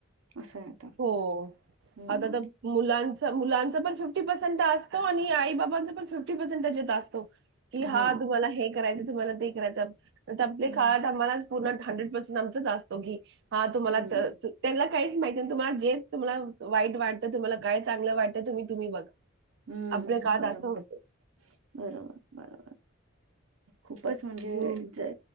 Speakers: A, on the right (about 80°); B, on the right (about 60°).
A: असं आहे आता
B: हो
A: हम्म
B: आता तर मुलांचं मुलांचा पण फिफ्टी पर्सेंट असतो आणि आई बाबांचा पण फिफ्टी पर्सेंटंच येत असतो कि हा
A: हो
B: तुम्हाला हे करायचं तुम्हाला ते करायचं आपल्या
A: हम्म
B: काळात आम्हाला पण हंड्रेड पर्सेंट आमचंच असतो घे हा तुम्हाला
A: हम्म
B: त्यांना काहीच माहिती तुमाला जे तुम्हाला वाईट वाटतं तुम्हाला काय चांगलं वाटतं तुम्ही तुम्ही बघा
A: हम्म
B: आमच्या काळात
A: बरोबर
B: असं होतं
A: बरोबर बरोबर खूपच म्हणजे
B: हम्म.
A: ज